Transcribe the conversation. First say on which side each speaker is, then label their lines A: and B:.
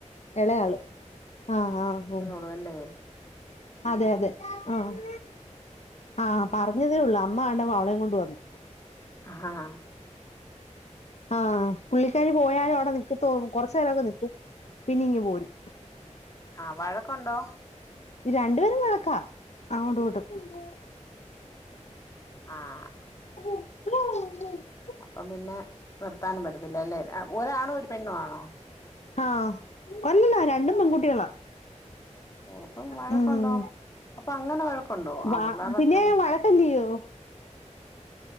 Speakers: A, on the left; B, on the left.
A: എളേ ആള് ആ ആ പോവും
B: പോവല്ലേ
A: അതെ അതെ ആഹ് ആഹ് പറഞ്ഞതേ ഉള്ളൂ അ അമ്മാണ്ട് മകളേം കൊണ്ട് വന്ന്
B: ആഹ്
A: ആഹ് പുള്ളിക്കാരി പോയാലും അവിടെ നിക്കത്തും കൊർച്ചേരൊക്കെ നിക്കും പിന്നിങ്ങ് പോരും
B: ആഹ് വഴക്കുണ്ടോ
A: രണ്ട് പേരും കണക്കാ അങ്ങോട്ടും ഇങ്ങോട്ടും
B: ആഹ്
A: <inaudible>
B: അപ്പം പിന്നെ നിർത്താനും പറ്റത്തില്ല അല്ലെ ഒരാണും ഒരു പെണ്ണുവാണോ
A: ആഹ് അല്ലല്ലോ രണ്ടും പെൺകുട്ടികളാ
B: ഓപ്പം വഴക്കുണ്ടോ
A: ഉം
B: അപ്പൊ അങ്ങനെ വഴക്കുണ്ടോ
A: വ
B: ആപിള്ളേർ
A: പിന്നെ
B: അത്ര വ
A: വഴക്കല്ലയോ